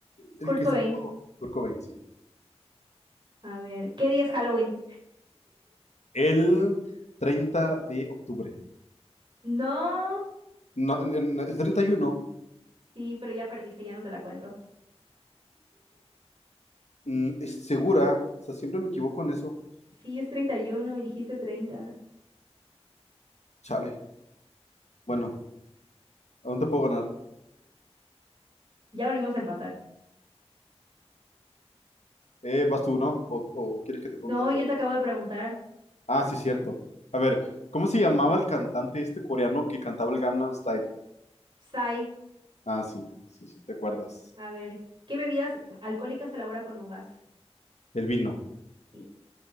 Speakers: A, on the left; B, on the right.
A: El
B: Kurt
A: que
B: Cobain.
A: se hizo Kurt Cobain, sí.
B: A ver, ¿qué día es Halloween?
A: El 30 de octubre.
B: No.
A: No, en- en- es treinta y uno
B: Sí, pero ya perdiste, ya no te la cuento.
A: Mm, es segura. O sea, siempre me equivoco en eso.
B: Sí, es treinta y uno y dijiste treinta.
A: Chale. Bueno, aún te puedo ganar.
B: Ya volvimos a empatar.
A: Eh, ¿vas tú, no? ¿O, o quieres que te pregunte
B: No,
A: otra
B: yo
A: yo?
B: te acabo de preguntar.
A: Ah, sí, cierto. A ver, ¿cómo se llamaba el cantante este coreano que cantaba el Gangnam Style?
B: Sai,
A: Ah, sí, sí, sí, te acuerdas.
B: a ver, ¿qué bebidas alcohólicas se elabora con uvas?
A: El vino.
B: Sí.